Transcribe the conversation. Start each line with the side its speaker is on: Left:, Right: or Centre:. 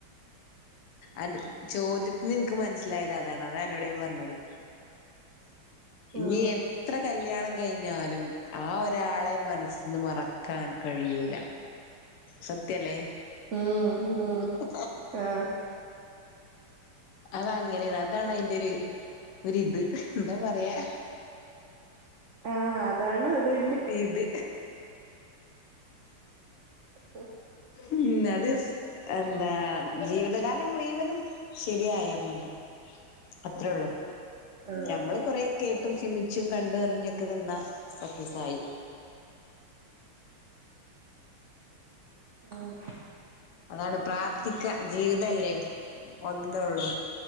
Left: അൻ്റെ ചോദ്യത്തിന്ന് ഇൻക്ക് മനസ്സിലായത് അതാണ് അതാണ് അന്നോട് ഞാൻ പറഞ്ഞത് ഇനി
Right: ഉം
Left: എത്ര കല്യാണം കഴിഞ്ഞാലും ആ ഒരാളെ മനസ്സിന്ന് മറക്കാൻ കഴിയൂല സത്യല്ലേ?
Right: ഉം ഉം ഉം
Left: ഉ
Right: ആഹ്
Left: അത അങ്ങനെണ് അതാണ് അതിന്റെ ഒരു ഒരിത് എന്താ പറയാ
Right: ആഹ് അതാണ് അതി
Left: ഇത്
Right: ഉം.
Left: ഉം അത് സ് എന്താ ജീവിതകാലം മുഴുവനും ശരിയായാമതി അത്രേള്ളൂ
Right: ആ
Left: ഞമ്മള് കൊറെ കേട്ടും
Right: ഓക്കെ
Left: ചിന്തിച്ചും കണ്ടും അറിഞ്ഞൊക്കെന്നിന്നാ തായി
Right: ആഹ്
Left: അതാണ് പ്രാർത്ഥിക്ക ജീവിതല്ലേ ഒന്നൊള്ളൂ